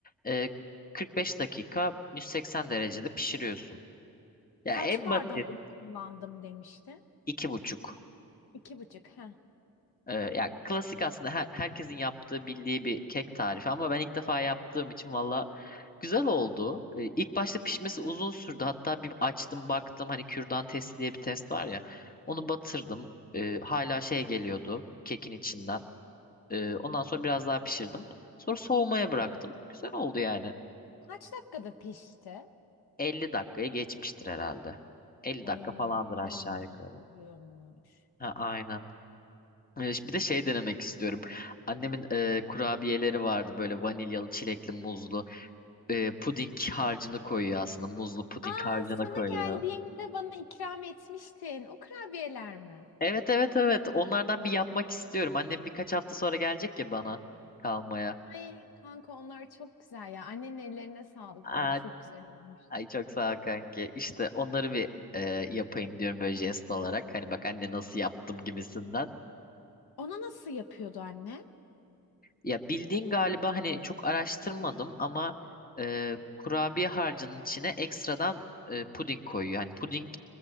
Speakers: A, on the left (about 25°); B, on the left (about 75°).
A: e, 45 dakika 180 derecede pişiriyorsun. Ya
B: Kaç
A: en
B: bardak
A: basit
B: un kullandım demişti.
A: iki buçuk.
B: İki buçuk. Hı
A: Ee, ya klasik aslında her- herkesin yaptığı bildiği bir kek tarifi ama ben ilk defa yaptığım için valla güzel oldu. Ee, ilk başta pişmesi uzun sürdü. Hatta bir açtım baktım hani kürdan testi diye bir test var ya. Onu batırdım. Ee, hala şey geliyordu kekin içinden. Ee, ondan sonra biraz daha pişirdim. Sonra soğumaya bıraktım. Güzel oldu yani.
B: Kaç dakikada pişti?
A: 50 dakikaya geçmiştir herhalde. 50
B: Oo,
A: dakika falandır
B: bayağı
A: aşağı
B: uzun
A: yukarı.
B: sürüyormuş.
A: Ha, aynen. Ee, Bir de şey denemek istiyorum. Annemin e, kurabiyeleri vardı böyle vanilyalı, çilekli, muzlu. E, puding harcını koyuyor aslında. Muzlu puding
B: Aa,
A: harcını
B: sana
A: koyuyor.
B: geldiğimde bana ikram etmiştin. O kurabiyeler mi?
A: Evet evet evet. Onlardan bir yapmak istiyorum. Annem birkaç hafta sonra gelecek ya bana kalmaya.
B: Ay kanka onlar çok güzel ya. Annenin ellerine sağlık
A: Aa,
B: bu arada. Çok güzel olmuştu.
A: ay çok sağ ol kanki. İşte onları bir e, yapayım diyorum böyle jest olarak. Hani bak anne nasıl yaptım gibisinden.
B: Ona nasıl yapıyordu anne?
A: Ya bildiğin galiba hani çok araştırmadım ama e, kurabiye harcının içine ekstradan e, puding koyuyor. Hani puding